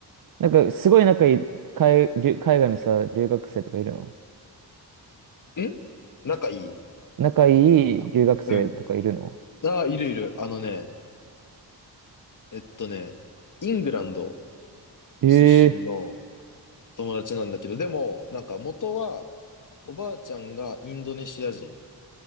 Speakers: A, on the right (about 55°); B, on the left (about 50°).
A: なんかすごい仲いい海、留海外のさ、留学生とかいるの
B: ん仲いい
A: 仲いい留学生とかいるの
B: うん。ああ、いるいる。あのね、えっとね、イングランド
A: へえ。
B: 出身の友達なんだけど、でも、なんか元はおばあちゃんがインドネシア人。